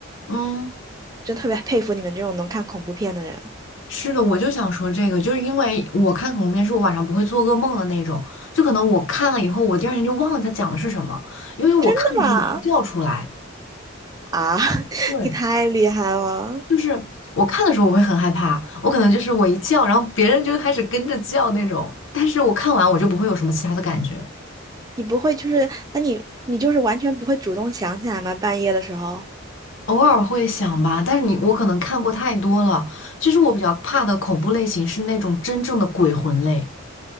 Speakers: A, on the left; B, on the right.
A: 嗯。
B: 真特别佩服你们这种能看恐怖片的人，
A: 是的，我就想说这个，就是因为我看恐怖片是我晚上不会做噩梦的那种，就可能我看了以后，我第二天就忘了它讲的是什么，因为我看的时候我会叫出来，
B: 真的吗？啊，<laughs>
A: 对，
B: 你太厉害了，
A: 就是我看的时候我会很害怕，我可能就是我一叫，然后别人就开始跟着叫那种，但是我看完我就不会有什么其他的感觉，
B: 你不会就是，那你你就是完全不会主动想起来吗？半夜的时候。
A: 偶尔会想吧，但是你我可能看过太多了，其实我比较怕的恐怖类型是那种真正的鬼魂类。